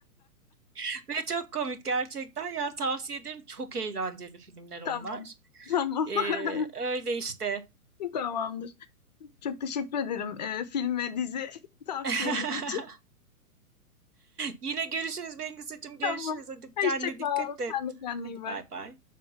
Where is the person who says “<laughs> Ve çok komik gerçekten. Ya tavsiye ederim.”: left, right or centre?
Right